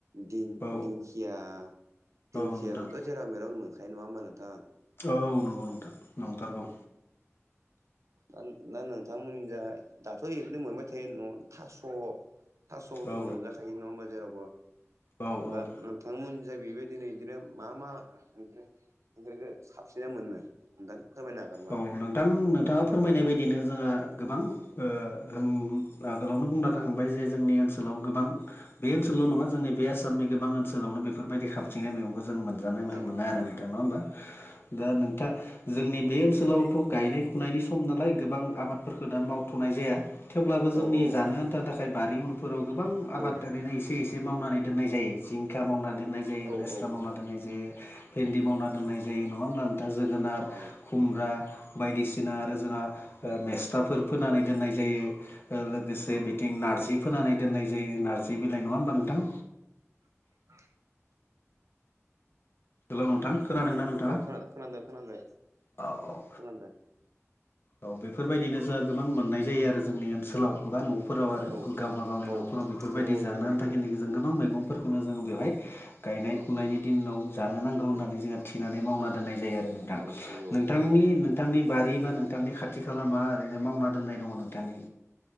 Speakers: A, on the right; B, on the left.
A: दिंदिंखिया
B: औ
A: दिंखियाखौथ'
B: नोंथां
A: जेरा मेरावनो मोनखायो नङा होमबा नोंथां
B: औ नंगौ नोंथां नंथारगौ।
A: दा दा नोंथांमोननि जा दाथ' ओरैनो मोनबाय थायो न'आवनो थास'। थास'थ'
B: औ
A: मोनजाखायो नङा होमा जेरावबो
B: औ औ
A: दा ओ। नोंथांमोन जे बेबायदि बिदिनो मा मा ओंख्रि ओंख्रिखौ साबसिना मोनो नोंथां। फोरमायनो हागोनबा
B: औ नोंथां नोंथाङा फोरमायनाय बायदिनो जोंयो गोबां ओ ओम गोलावयैनो बूंना गालांबाय जे जोंनि ओन गोलाव गोबां बे ओनसोलल' नङा जोंनि बे आसामनि गोबां ओनसोलावनो बेफोरबायदि खा जोंनि गामियाव गोजान मोनजानाय
A: औ
B: आरो नोंथा नङा होमबा दा नोंथा। जोंनि बे ओनसोलावथ' गायनाय खुनायनि सम नालाय गोबां आबाद। फोरखो दा मावथ'नाय जाया थेवब्लाबो जोंनि
A: औ औ
B: जानो आन्था थाखाय बारि उन। फोराव गोबां आबादारि
A: औ
B: एसे एसे मावनानै दोननाय जायो जिंखा मावना दोननाय जे
A: औ औ
B: लेस्रा
A: औ
B: मावना दोननाय जायो भेन्दि मावना दोननाय जायो नङा होमबा नोंथां जोगोनार।
A: औ
B: खुमब्रा बायदिसिना आरो
A: औ
B: जोंहा ओ मेस्थाफोर फोनानै दोननाय जायो ओ लोगोसे बिथिं नारजि फोनानै दोननाय जायो नारजि बिलाइ नङा होमबा नोंथां?
A: ओ।
B: हेलौ नोंथां खोनादोंना नोंथाङा
A: औ खोना खोनादों खोनादो।
B: औ।
A: खोना दो।
B: औ बेफोरबायदिनो जोंहा गोबां मोननाय जायो आरो जोंनि ओनसोलाव बा न' फोराव आरो
A: औ
B: गावबा गावनि
A: औ
B: न'फोराव बेफोरबायदि
A: नंगौ नंगौ
B: जानो आनथाखिनिखो
A: नंगौ नंगौ
B: जों गोबां मैगंफोरखौनो जों बेवहाय गायनाय
A: औ
B: फुनायनि दिनाव जानो नांगौ
A: औ
B: होननानै जोंहा थिनानै मावना दोननाय जायो आरो नोंथां।
A: औ नंगौ
B: नोंथांनि
A: नंगौ।
B: नोंथांनि बारि बा नोंथांनि खाथि खाला मा ओरैनो मावना दोननाय दङ' नोंथांनि